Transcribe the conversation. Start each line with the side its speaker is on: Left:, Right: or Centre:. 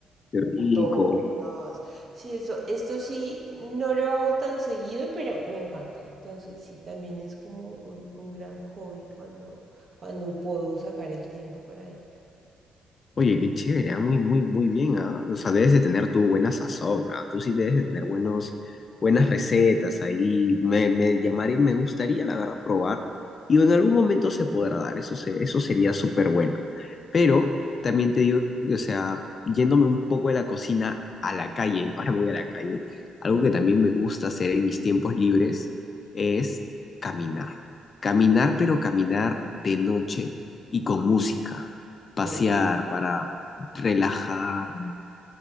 Left: Qué rico.
Right: tortas. Sí, eso, esto sí, no lo hago tan seguido, pero me encanta. Entonces sí, también es como un, un gran hobby cuando, cuando puedo sacar el tiempo para ello.
Left: Oye, qué chévere, ah, Muy, muy, muy bien, ¿ah? O sea, debes de tener tu buena sazón, ¿ah? Tú sí debes de tener buenos, buenas recetas ahí. Me, me llamaré, me gustaría, la verdad, probar. Y en algún momento se podrá dar, eso, se- eso sería súper bueno. Pero también te digo que, o sea, yéndome un poco de la cocina a la calle, <laughs> ahora me voy a la calle, algo
Right: Mm,
Left: que también me gusta hacer en mis tiempos libres es caminar. Caminar, pero caminar de noche y con música pasear,
Right: No,
Left: para relajarme